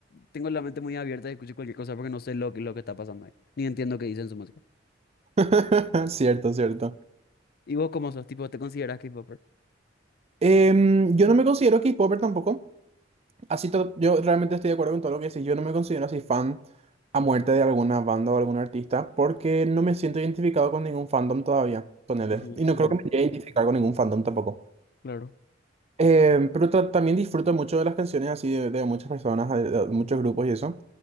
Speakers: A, on the left (about 50°); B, on the right (about 35°).
A: tengo la mente muy abierta y escucho cualquier cosa porque no sé lo que, lo que está pasando ahí, ni entiendo qué dicen su música.
B: <laughs> Cierto, cierto.
A: ¿Y vos cómo sos? Tipo, ¿te consideras K-popper?
B: Em, yo no me considero K-popper tampoco. Así to- yo realmente estoy de acuerdo con todo lo que decís. Yo no me considero así fan a muerte de alguna banda o algún artista porque no me siento identificado con ningún fandom todavía, ponele.
A: Ujú,
B: Y no
A: ujú,
B: creo que me llegue a identificar con ningún fandom tampoco.
A: claro.
B: Em, pero ta- también disfruto mucho de las canciones así de, de muchas personas, de, de muchos grupos y eso.